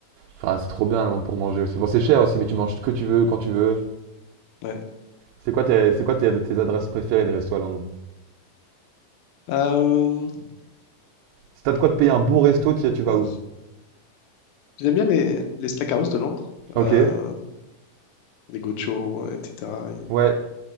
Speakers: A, on the right; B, on the left.
A: Enfin, c'est trop bien à Londres pour manger aussi. Bon, c'est cher aussi, mais tu manges ce que tu veux, quand tu veux.
B: Ouais.
A: C'est quoi tes, c'est quoi tes, tes adresses préférées des restos à Londres?
B: Euh,
A: Si t'as de quoi te payer un bon resto, tu, tu vas
B: euh,
A: où?
B: j'aime bien les, les steakhouse de Londres,
A: Ok.
B: euh, les gochos, etc. Ils-
A: Ouais.